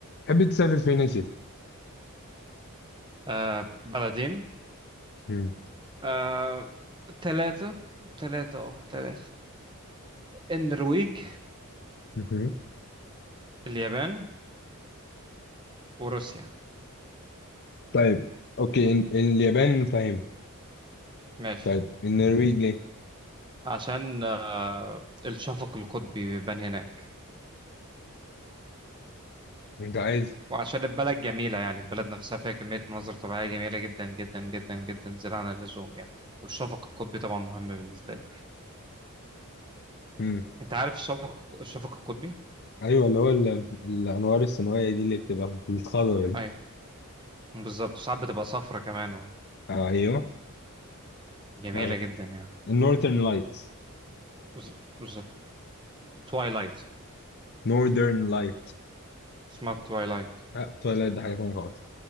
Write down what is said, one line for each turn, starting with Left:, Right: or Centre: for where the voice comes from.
Left: تحب تسافر فين يا سيدي؟
Right: آه بلدين
Left: مم.
Right: آه ثلاثة ثلاثة اه ثلاثة النرويج
Left: مهم.
Right: اليابان وروسيا
Left: طيب اوكي ال- اليابان فاهم
Right: ماشي
Left: طيب النرويج ليه؟
Right: عشان آه الشفق القطبي بيبان هناك
Left: انت عايز
Right: وعشان البلد جميلة يعني البلد نفسها فيها كمية مناظر طبيعية جميلة جدا جدا جدا جدا زيادة عن اللزوم يعني والشفق القطبي طبعا مهم بالنسبة لي
Left: مم.
Right: انت عارف الشفق الشفق القطبي؟
Left: ايوه اللي هو ال- الانوار السماويه دي اللي بتبقى في الخضره دي
Right: ايوه بالظبط ساعات بتبقى صفرة كمان
Left: آه، ايوه
Right: جميلة
Left: عارف
Right: جدا يعني
Left: النورثرن لايتس
Right: بز- بالظبط توايلايت
Left: نورثرن لايت
Right: اسمها توايلايت
Left: اه تويلايت ده حاجه ثانيه خالص